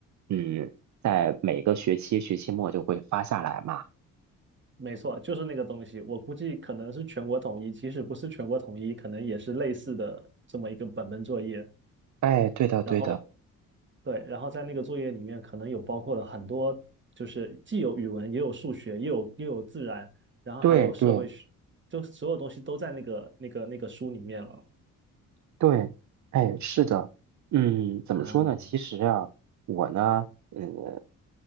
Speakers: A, on the right (about 50°); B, on the right (about 30°).
A: 嗯，在每个学期学期末就会发下来嘛。
B: 没错，就是那个东西，我估计可能是全国统一，即使不是全国统一，可能也是类似的这么一个本本作业。
A: 哎，对的，
B: 然后
A: 对的，
B: 对，然后在那个作业里面可能有包括了很多，就是既有语文，也有数学，也有又有自然，然后还有社会学，
A: 对对。
B: 就所有东西都在那个那个那个书里面了
A: 对，哎，是的，嗯，怎么说呢？
B: 啊！
A: 其实啊，我呢，呃，